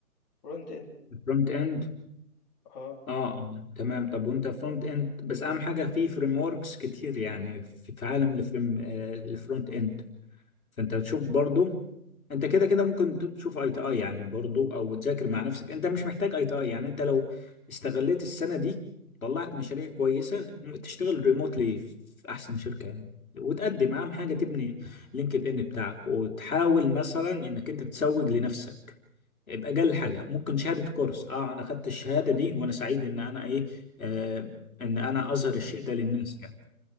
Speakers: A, on the left (about 30°); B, on the left (about 65°).
A: front end
B: فرونت اند
A: آه،
B: اه آه، تمام طب وانت فرونت اند بس اهم حاجه في فريم وركس كتير يعني في في عالم الفريم الفرونت اند فانت بتشوف برضو انت كده
A: تمام،
B: كده ممكن تشوف اي تي اي يعني برضو او تذاكر مع نفسك انت مش محتاج اي تي اي يعني انت لو استغليت السنه دي طلعت مشاريع كويسه
A: إمم،
B: م- تشتغل ريموتلي في احسن شركه يعني وتقدم اهم حاجه تبني لينكد ان بتاعك وتحاول مثلا انك انت تسوق لنفسك باجل حاجه ممكن شهاده كورس اه انا خدت الشهاده دي وانا سعيد ان انا ايه آه ان انا اظهر
A: إمم.
B: الشيء ده للناس يعني